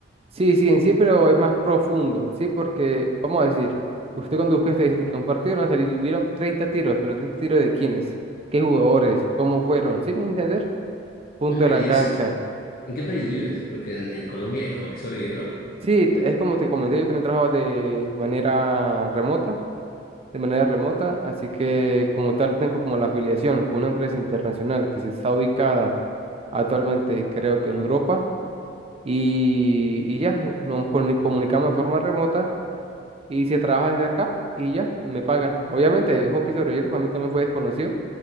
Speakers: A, on the right; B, on the left.
A: Sí, sí, en sí, pero es más profundo, ¿sí? Porque, vamos a decir, usted cuando busca estadística, un partido van a salir, hubieron 30 tiros, pero 30 tiros de quiénes, qué jugadores, cómo fueron, ¿sí me voy a entender? Punto
B: Hombre,
A: de la
B: ¿y
A: cancha.
B: eso? ¿En qué país vives? Porque en, en Colombia hay hockey sobre hielo.
A: Sí, t- es como te comenté, yo también trabajo de manera remota, de manera remota, así que como tal tengo como la afiliación con una empresa internacional que se está ubicada actualmente, creo que en Europa, y, y ya, nos comu- comunicamos de forma remota y se trabaja desde acá y ya, me pagan. Obviamente, hockey sobre hielo para mí también fue desconocido